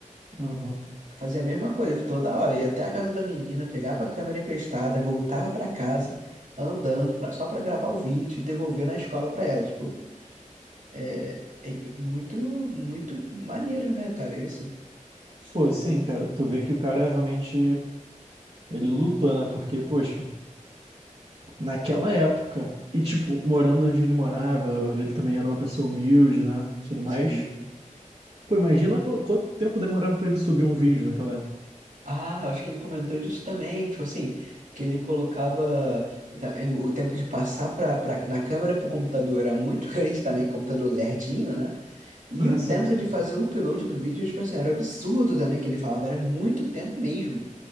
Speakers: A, on the right (about 50°); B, on the right (about 75°).
A: Uhum.
B: Fazia a mesma coisa, tipo, toda hora, ia até a casa da menina, pegava a câmera emprestada, voltava pra casa, andando, pra, só pra gravar o vídeo e devolver na escola pra ela, tipo, É, é muito, muito maneiro, né, cara? Isso,
A: Pô,
B: tipo,
A: sim, cara, tu vê que o cara realmente ele lutou, né? Porque, poxa, naquela época, e tipo, morando onde ele morava, ele também era uma pessoa humilde, né? Tudo mais.
B: sim.
A: Pô, imagina qu- quanto tempo demorava pra ele subir um vídeo naquela época.
B: Ah, eu acho que ele comentou disso também, tipo assim, que ele colocava então, é, o tempo de passar pra, pra, da câmera pro computador era muito <laughs> grande também, computador lerdinho, né? E
A: Ah,
B: o tempo
A: sim, sim.
B: de fazer o upload do vídeo, tipo assim, era absurdo também, que ele falava, era muito tempo mesmo.